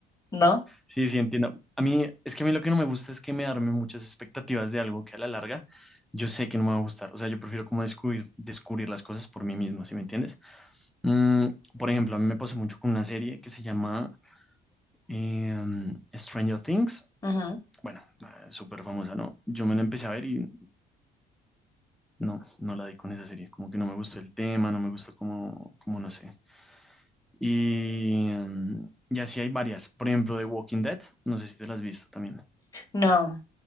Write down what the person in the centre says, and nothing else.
Sí, sí, entiendo. A mí, es que a mí lo que no me gusta es que me arme muchas expectativas de algo que a la larga yo sé que no me va a gustar. O sea, yo prefiero como descubrir, descubrir las cosas por mí mismo, ¿sí me entiendes? Mm, por ejemplo, a mí me pasó mucho con una serie que se llama eh, um, Stranger Things.
Bueno, eh, súper famosa, ¿no? Yo me la empecé a ver y no, no la di con esa serie. Como que no me gustó el tema, no me gustó como, como no sé. Y, mm, y así hay varias. Por ejemplo, The Walking Dead, no sé si te las has visto también.